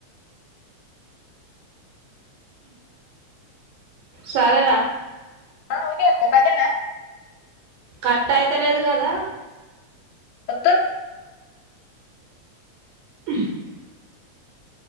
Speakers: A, on the right; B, on the left.
A: సరే రా
B: ఆ ఓకే అక్క కట్ చేయనా
A: కట్ అయితలేదు కదా
B: వద్దు
A: <unintelligible>